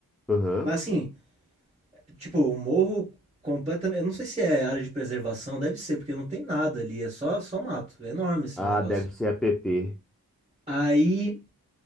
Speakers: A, in the centre; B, on the right.
A: Aham.
B: Mas assim, tipo, o morro completamente. Eu não sei se é área de preservação, deve ser, porque não tem nada ali, é só, só mato. É enorme assim
A: Ah,
B: o negócio.
A: deve ser app.
B: Aí,